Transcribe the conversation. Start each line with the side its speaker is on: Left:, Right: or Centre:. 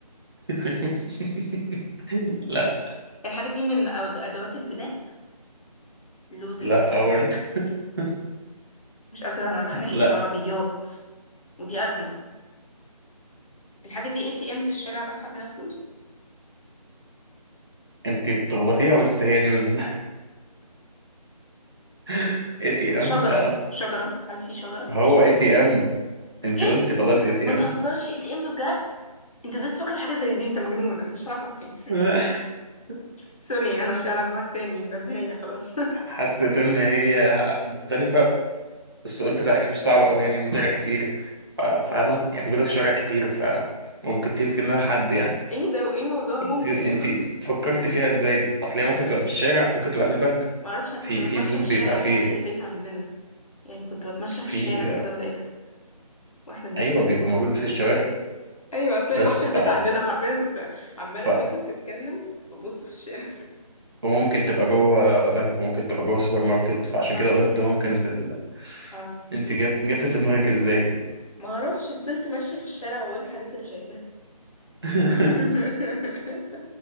Right: <laughs> لا
Left: الحاجه دي من أد- ادوات البناء اللودر
Right: لا
Left: والحاجات
Right: أوري
Left: دي
Right: <laughs>
Left: مش قادره انا رايحه ناحيه
Right: لا
Left: العربيات ودي أزمة الحاجة دي اي تي ام في الشارع بسحب منها فلوس
Right: انت بتخبطيها بس هي دي بس <laughs> اي تي
Left: شجرة
Right: ام اه
Left: شجرة هل في شجرة
Right: هو
Left: دي شجرة
Right: اي تي ام انت
Left: ايه
Right: قلتي خلاص اي تي
Left: ما تهزرش
Right: ام
Left: اي تي ام بجد انت ازاي تفكر في حاجة زي دي انت مجنون انا مش هلعب معاك تاني
Right: <laughs>
Left: سوري انا مش هلعب معاك تاني ده نهاية خلاص
Right: حسيت ان هي مختلفة بس قلت لا هي مش صعبة قوي يعني موجودة كتير ف- فاهمة يعني موجودة في شارع كتير فممكن تفكر انها حد يعني
Left: <laughs> ايه ده وايه موضوع ممكن
Right: انت انت
Left: تبقى في ش...
Right: فكرت فيها ازاي دي اصل هي
Left: ما
Right: ممكن تبقى في الشارع ممكن تبقى في البنك
Left: ما اعرفش انا
Right: في
Left: كنت بتمشى
Right: في بنوك
Left: في
Right: بيبقى
Left: الشارع
Right: في
Left: اللي تحت البيت عندنا يعني كنت بتمشى في
Right: في
Left: الشارع كده ولقيتها واحنا بنتكلم
Right: ايوه بيبقى موجود في الشوارع
Left: ايوه اصل
Right: بس
Left: هي تحت البيت
Right: ف
Left: عندنا حرفيا كنت عمالة
Right: ف
Left: وانت بتتكلم ببص في الشارع
Right: وممكن تبقى جوه بنك وممكن تبقى جوه سوبر ماركت فعشان
Left: حصل
Right: كده قلت ممكن في ال...
Left: حصل
Right: انت جت جت في دماغك ازاي دي
Left: ما اعرفش فضلت ماشيه في الشارع واقول الحاجات اللي شايفاها
Right: <laughs>
Left: <laughs>